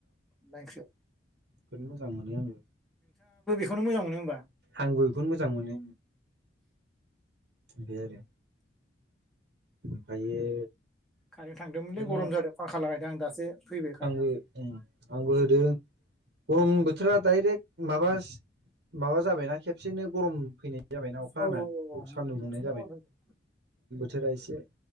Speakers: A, in the centre; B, on the right (about 65°).
A: ला ओंख्रिया
B: बोद मोजां मोनो आंङो
A: खौनो मोजांमोन
B: आंबो बेखौनो मोजां मोनो बे आरो ओमफ्रायो
A: खारेन थांदोंमोनलै
B: बिदिनो
A: गरम जादों फांखा लागायदों आं दासो फैबाय कारेन्टआबो
B: आंबो उम आंबो होदों गरम बोथोरा डायरेक्ट माबास माबा जाबायना खेबसेनो गरम फैनाय जाबायना अखा
A: औ
B: हानानै
A: औ
B: सान्दुं
A: खेबसेनो
B: दुंनाय जाबायना
A: गरम जादों
B: थोरा एसे